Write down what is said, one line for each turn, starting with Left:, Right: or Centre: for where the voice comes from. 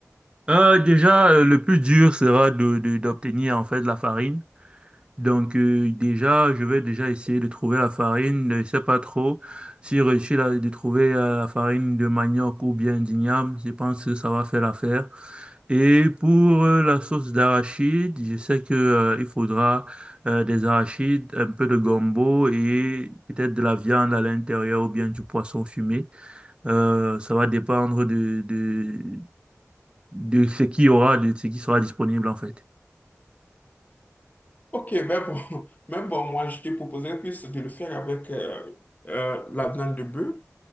Right: Euh, déjà, euh, le plus dur sera de, de- d'obtenir en fait la farine. Donc euh, déjà, je vais déjà essayer de trouver la farine. Je sais pas trop si je réussis la- de trouver euh, la farine de manioc ou bien d'igname. Je pense que ça va faire l'affaire. Et pour euh, la sauce d'arachide, je sais que euh, il faudra euh, des arachides, un peu de gombo et peut-être de la viande à l'intérieur ou bien du poisson fumé. Euh, ça va dépendre de, de, de ce qu'il y aura, de ce qui sera disponible en fait.
Left: Ok, mais bon, <laughs> mais bon, moi, je te proposerais plus de le faire avec euh, euh, la viande de bœuf.